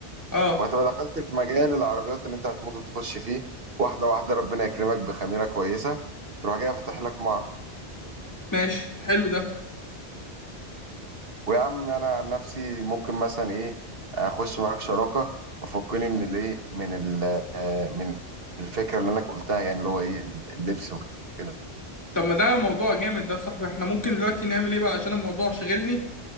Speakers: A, on the left (about 15°); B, on the right (about 55°).
A: اه
B: وهتبقى دخلت في مجال العربيات اللي انت هتموت وتخش فيه واحدة واحدة ربنا يكرمك بخميرة كويسة تروح جاي فاتح لك معرض
A: ماشي حلو ده
B: ويا عم انا عن نفسي ممكن مثلا ايه اخش معاك شراكه وفكني من الايه من ال آه، من الفكره اللي انا قلتها يعني اللي هو ايه اللبس وكده
A: طب ما ده موضوع جامد ده يا صاحبي احنا ممكن دلوقتي نعمل ايه بقى عشان الموضوع شاغلني